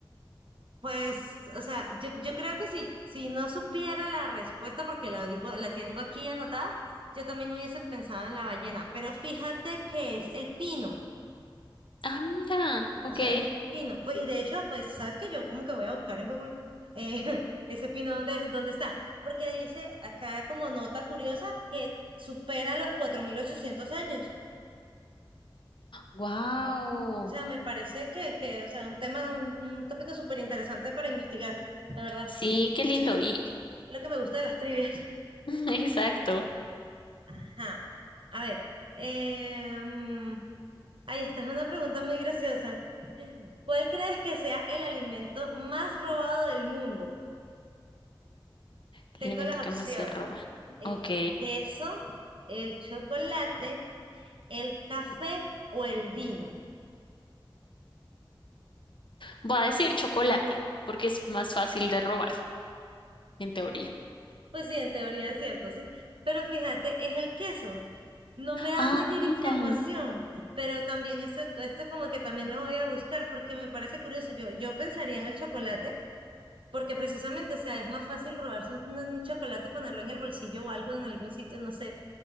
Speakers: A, on the right; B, on the left.
A: Pues, o sea, yo, yo creo que si, si no supiera la respuesta, porque la digo, la tengo aquí anotada, yo también hubiese pensado en la ballena. Pero fíjate que es el pino.
B: Ah, mira. Ok.
A: O sea, es el pino. Pues, y de hecho, pues, ¿sabes qué? Yo como que voy a buscar en Google eh, <laughs> ese pino dónde, es- dónde está. Porque dice acá como nota curiosa que supera los 4.800 años.
B: Wow.
A: O sea, me parece que, que o sea, un tema, un, un tópico súper interesante para investigar, la verdad.
B: Sí, qué lindo.
A: Eso es
B: Y
A: lo, lo que me gusta de las trivias.
B: <laughs> exacto.
A: <laughs> Ajá. A ver, em, ahí está, es una pregunta muy graciosa. ¿Cuál crees que sea el alimento más robado del mundo?
B: El
A: Tengo
B: alimento
A: las
B: que
A: opciones.
B: más se roban.
A: El
B: Ok.
A: queso, el chocolate, el café o el vino.
B: Voy a decir chocolate porque es más fácil de robar, en teoría.
A: Pues sí, en teoría es cierto, sí. Pero fíjate, es el queso. No me da
B: Ah,
A: mayor
B: mira.
A: información, pero también eso, esto como que también lo voy a buscar porque me parece curioso. Yo, yo pensaría en el chocolate porque precisamente, o sea, es más fácil robarse un, un chocolate, ponerlo en el bolsillo o algo en algún sitio, no sé,